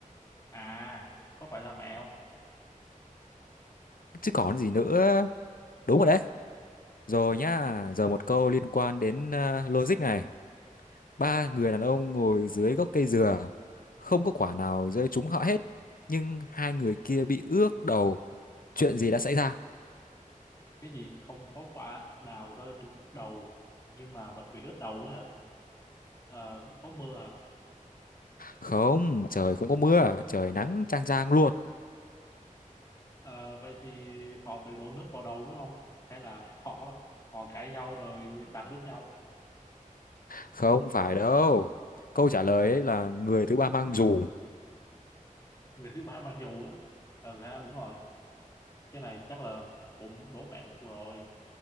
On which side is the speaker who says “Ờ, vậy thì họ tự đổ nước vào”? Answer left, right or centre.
Left